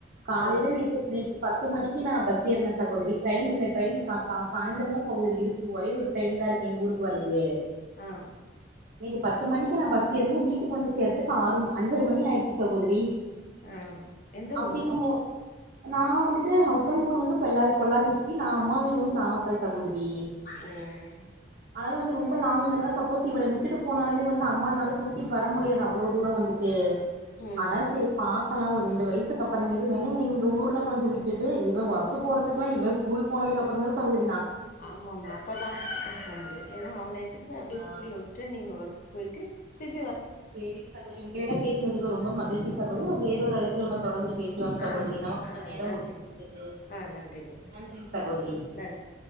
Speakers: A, on the right; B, on the left.
A: காலேல
B: அவ்ளோ
A: நேத்து நேத்து பத்து மணிக்கு நா பஸ் ஏர்ன சகோதரி ட்ரெய்ன் இல்ல ட்ரெய்ன் அஹ் சாய்ந்தரந்தா சகோதரி இருக்கு ஒரே ஒரு ட்ரெய்ன்தா இருக் எங் ஊருக்கு வர்றது
B: ஆ
A: நேது பத்து மணிக்கு நா பஸ் ஏர்ன வீட்டுக்கு வந்து சேர்த்துக் ஆறு அஞ்சர மணி ஆய்ர்ச்சு சகோதிரி
B: ஆ எந்த
A: அப்புடிங்கமோ
B: ஊருங்க
A: நா வந்துட்டு ஹஸ்பண்னூடு வந் பொள்ளாது பொள்ளாச்சி சுத்தி நா அம்மா வீட் த சகோத் ரி
B: ஓ
A: அதலா வந்து ரொம்ப லாங்குங்றனால சப்போஸ் இவன விட்டுட்டு போனாலுமே வந்து அம்மானால தூக்கிட் வர முடியாது அவ்ளோ தூரோ வந்துட் டு
B: ம்
A: அதனால செரி பாக் கலா ஒரு ரெண்டு வயசுக்கப்பற இது வேணு எங்க ஊர்ல கொஞ்ச விட்டுட்டு இவ ஒர்க் போறதுக்குல்லா இவெ ஸ்கூல் போனதுக்கப்ப பறந்தா சகோத
B: ஆமா ஆமா அப்பதா <inaudible> ஏன்னா அவன எத்துட்டு போய் அப்படியே
A: ஆ
B: ஸ்கூல்ல விட்டு நீங்க ஒர்க் போயிட்டு திருப்
A: சேரி சகோரி உங்களோட பேசுனதுக்கு ரொம்ப மகிழ்ச்சி சகோ தரி வேற ஒரு அழைப்புல நம தொடந்து பேசலாம் சகோதரி
B: ஆ
A: நமக்கான
B: ஆ
A: நேரம்
B: நன்றி
A: முடிந்து விட்டது
B: ஆ நன்றிங்க
A: நன்றிங் சகோதரி
B: நன்றி